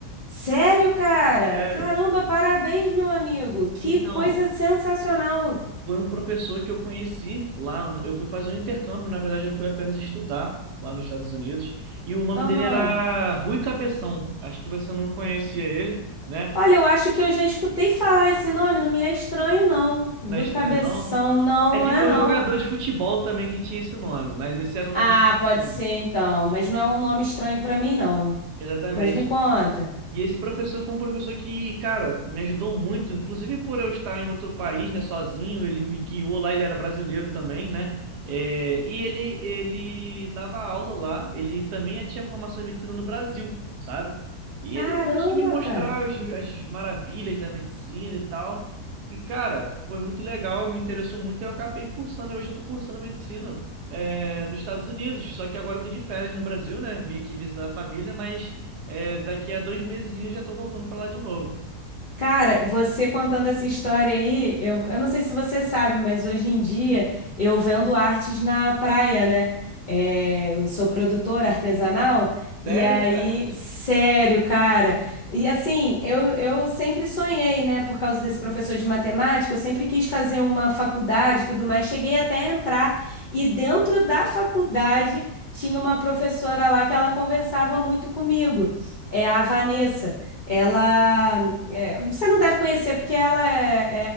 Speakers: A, on the left (about 50°); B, on the right (about 75°).
A: Sério, cara?
B: Sério?
A: Caramba, parabéns, meu amigo. Que
B: Então,
A: coisa sensacional.
B: Foi um professor que eu conheci lá. Eu fui fazer um intercâmbio, na verdade, eu fui apenas estudar lá nos Estados Unidos. E o nome
A: Aham.
B: dele era Rui Cabeção. Acho que você não conhecia ele, né?
A: Olha, eu acho que eu já escutei falar esse nome, não me é estranho, não. Rui
B: Não é estranho,
A: Cabeção,
B: não.
A: não,
B: É
A: não
B: que
A: é
B: tem
A: não.
B: um jogador de futebol também que tinha esse nome, mas esse era o
A: Ah,
B: nome do professor.
A: pode ser então, mas não é um nome estranho pra mim, não.
B: Exatamente.
A: Mas me conta.
B: E esse professor foi um professor que, cara, me ajudou muito, inclusive por eu estar em outro país, né, sozinho, ele me guiou lá, ele era brasileiro também, né? É, e ele, ele dava aula lá, ele também tinha formação em medicina no Brasil, sabe? E
A: Caramba,
B: ele começou a me mostrar
A: cara.
B: os- as maravilhas da medicina e tal. E, cara, foi muito legal, me interessou muito, e eu acabei cursando, e hoje eu tô cursando medicina, é, nos Estados Unidos, só que agora eu tô de férias no Brasil, né? Vim aqui visitar a família, mas. É, daqui a dois meses eu já tô voltando pra lá de novo.
A: Cara, você contando essa história aí, eu, eu não sei se você sabe, mas hoje em dia eu vendo artes na praia, né? É, eu sou produtora artesanal,
B: Sério,
A: e aí,
B: cara?
A: sério, cara. E assim, eu, eu sempre sonhei, né? Por causa desse professor de matemática, eu sempre quis fazer uma faculdade e tudo mais. Cheguei até a entrar, e dentro da faculdade tinha uma professora lá que ela conversava muito comigo, é a Vanessa. Ela. É, você não deve conhecer porque ela é,